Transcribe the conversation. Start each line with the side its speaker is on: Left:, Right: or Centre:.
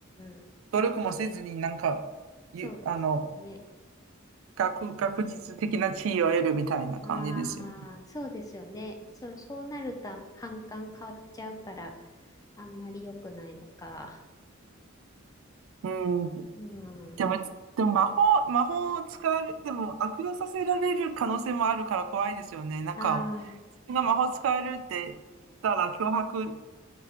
Left: ん、
Right: 努力もせずになんか、ゆあの、
Left: そうですよね。
Right: 学、学術的な地位を得るみたいな感じですよね。
Left: ああ、そうですよね。そう、そうなると反感変わっちゃうからあんまり良くないのか。
Right: うん。
Left: うん。
Right: でも、
Left: あ
Right: でも魔法、魔法を使える、でも悪用させられる可能性もあるから怖いですよね。なんか、
Left: あ。
Right: 自分が魔法使えるってしたら脅迫